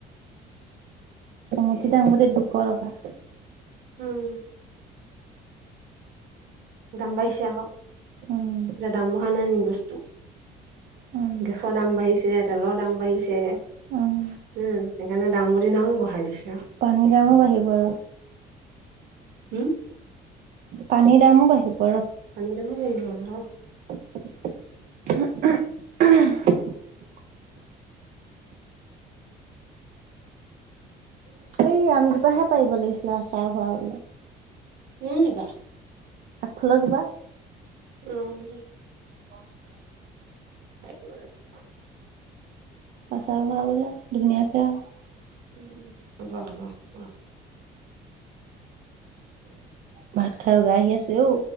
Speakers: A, on the right; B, on the right.
A: এমুুঠি
B: সেয়েহে।
A: দাংবডিত দুশ টকা <inaudible>
B: উম দাম বাঢ়িছে আহক সেইফালে
A: উম,
B: দাম বঢ়া নাই নি বস্তু
A: উম,
B: গেছৰ দাম বাঢ়িছে তেলৰ দাম বাঢ়িছে
A: উম,
B: উম সেইকাৰণে দাংবদী নামো বহাই দিছে আৰু
A: পানীৰ দামো বাঢ়িব ৰ
B: হ'ম
A: পানীৰ দামো বাঢ়িব ৰ
B: পানী দামো বাঢ়িব হেনো
A: <unintelligible> এই আমজোপা হে পাৰিব লাগিছিলে আচাৰ ভৰাবলে
B: কোন জেগা
A: আগফাল জোপা
B: উম
A: অ <inaudible>
B: পাৰিব লাগিব
A: আছাৰ বনাবলৈ ধুনিয়াকে আৰু
B: উম হ'ব হ'ব ৰহ
A: ভাত খাই উগাই আহি আছে অঔ